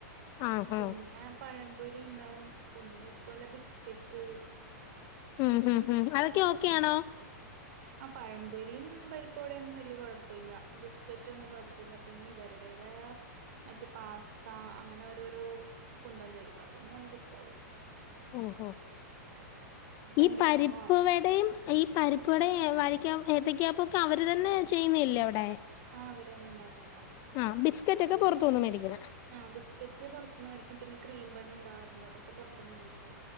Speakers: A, on the left; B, on the right.
A: ആഹ്
B: പിന്നെ
A: ആഹ്
B: പഴംപൊരി ഉണ്ടാവും പിന്നെ ഇതുപോലെ ബിസ്കറ്റ്
A: ഉം -അതൊക്കെ ഓക്കെയാണോ
B: ആ പഴമ്പൊരിയും പരിപ്പടൊന്നും വലിയ കൊഴപ്പമില്ല ബിസ്കറ്റ് ഒന്നും കൊഴപ്പില്ല പിന്നെ ഇവരുടെ <unintelligible> മറ്റേ പാസ്ത അങ്ങനെ ഓരോരോ കുന്തം തരും അതൊന്നും നമുക്ക് ഇഷ്ടാവൂല
A: ഓ ഈ
B: എന്തെന്നാണോ
A: പരിപ്പടയും ഈ പരിപ്പുടെ വ എ എത്തയ്ക്കപ്പോ ഒക്കെ അവർ തന്നെ ചെയ്യുന്നല്ലേ അവിടെ
B: ആഹ് അവര്ന്നെ ഉണ്ടാക്കണതാ
A: ആഹ് ബിസ്ക്കറ്റ് ഒക്കെ പുറത്തുന്നും മേടിക്കിണാ
B: ആഹ് ബിസ്കറ്റ് പുറുനിന്ന് മേടിക്കും പിന്നെ ക്രീം ബൻ ഉണ്ടാവാറുണ്ട് അതൊക്കെ പുറത്തുന്ന് മേടിക്കും